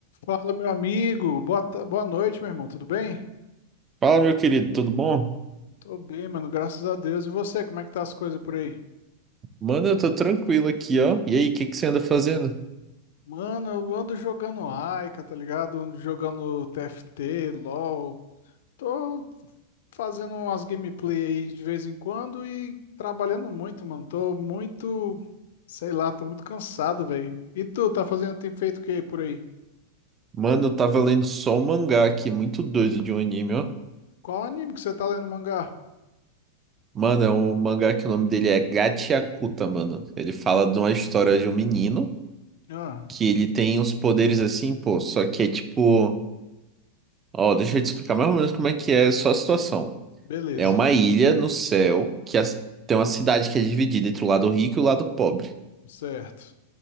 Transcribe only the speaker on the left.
Fala, meu amigo. Boa, ta- boa noite, meu irmão. Tudo bem?
Tô bem, mano. Graças a Deus. E você, como é que tá as coisas por aí?
Mano, eu ando jogando Aika, tá ligado? Ando jogando TFT, LoL. Tô fazendo umas gameplay aí de vez em quando e trabalhando muito, mano. Tô muito, sei lá, tô muito cansado, velho. E tu, tá fazendo, tem feito o que aí por aí?
Qual anime que você tá lendo mangá?
Ah,
beleza.
Certo.